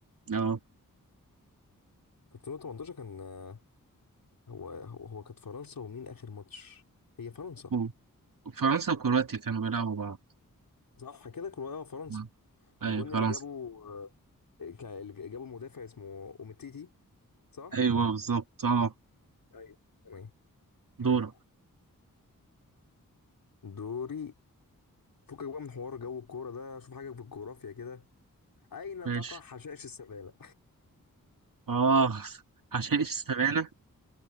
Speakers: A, on the right; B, on the left.
A: اه
B: كانت 2018 كان آه، هو هو هو كانت فرنسا ومين آخر ماتش هي فرنسا
A: هو. فرنسا وكرواتيا كانوا بيلعبوا بعض
B: صح كده كرواتيا فرنسا
A: مم. ايوه
B: الجون
A: فرنسا
B: اللي جابه آه، كا- اللي جابه المدافع اسمه أوميتيتي صح
A: ايوه بالظبط اه
B: ايوه تمام
A: دورك
B: حلو دوري فكك بقى من حوار جو الكورة ده شوف حاجة في الجغرافيا كده أين
A: ماشي
B: تقع حشائش السبانة
A: اه عشان ايش استبعدنا